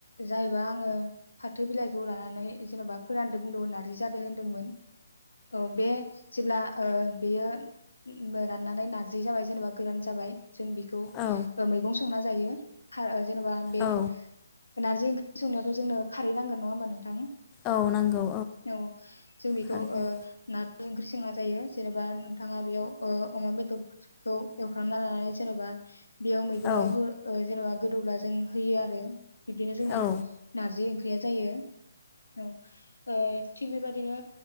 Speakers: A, on the left (about 85°); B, on the left (about 20°).
A: जायबा आङो फाथो बिलाइ खौ लानानै जेन'बा फोरानदों बुंदों होननानै जादों होनदोंमोन। औ बे जेब्ला ओ बेयो राननानै नारजि जाबाय जेनेबा गोरान जाबाय जों बेखौ
B: औ
A: मैगं संना जायो खार ओ जेनबा बे
B: औ
A: नारजि ओंख्रि संनायाथ जोंनो खारै नांगोन नङा होमबा नों नोंथां
B: औ नांगौ
A: औ जों बेखौ
B: खारदै
A: औ नारजि ओंख्रि जेंना जायो जेनेबा नोंथाङा बेयाव ओ अमा बेदरखौ एवफ्रामना लानानै जेनबा बेयाव मैगङाव
B: औ
A: हो जेनबा गोदौब्ला जों होयो आरो। बिबदिनो जोंना
B: औ
A: नारजि ओं ख्रिया जायो। औ ओ थिग बेबादिनो